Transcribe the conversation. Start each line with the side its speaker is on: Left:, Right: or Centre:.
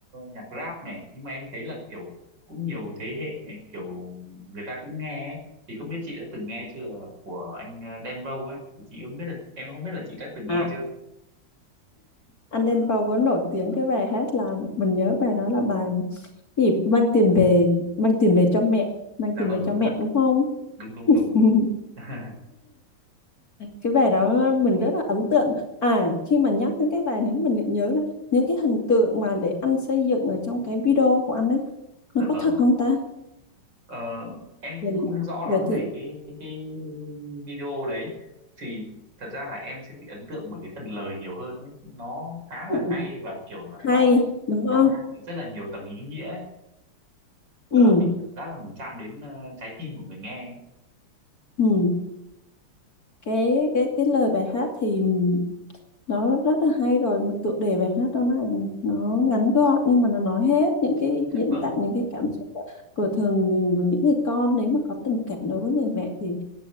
Right: nhạc rap này nhưng mà em thấy là kiểu cũng nhiều thế hệ kiểu người ta cũng nghe ấy. Thì không biết chị đã từng nghe chưa là của anh ờ, Đen Vâu ấy thì chị không biết là em không biết là chị đã từng nghe
Left: à
Right: chưa
Left: anh Đen Vâu có nổi tiếng cái bài hát là mình nhớ bài đó là bài gì mang tiền về mang tiền về cho mẹ mang
Right: dạ
Left: tiền
Right: vâng
Left: về cho
Right: đúng
Left: mẹ
Right: rồi
Left: đúng không
Right: đúng đúng
Left: <laughs>
Right: đúng <laughs>
Left: cái bài đó mình rất là ấn tượng à khi mà nhắc đến cái bài đấy mình lại nhớ là những cái hình tượng mà để anh xây dựng ở trong cái video của anh ấy nó
Right: dạ
Left: có
Right: vâng
Left: thật không ta
Right: Ờ, em cũng
Left: bởi
Right: không rõ lắm
Left: bởi thì
Right: về cái cái cái video đấy thì thật ra là em sẽ bị ấn tượng bởi cái phần lời nhiều hơn ấy. Nó khá
Left: ừ,
Right: là hay và kiểu là
Left: hay
Right: nó
Left: đúng
Right: nó
Left: không
Right: mang lại rất là nhiều tầng ý nghĩa ấy.
Left: ừ
Right: Tức là mình cảm giác là mình chạm đến ờ, trái tim của người nghe ấy.
Left: ừ cái cái cái lời bài hát thì nó rất là hay rồi một tựa đề bài hát đó là nó ngắn gọn nhưng mà nó nói hết những cái
Right: Dạ
Left: diễn
Right: vâng
Left: tả những cái cảm xúc của của thường của những người con nếu mà có tình cảm đối với người mẹ thì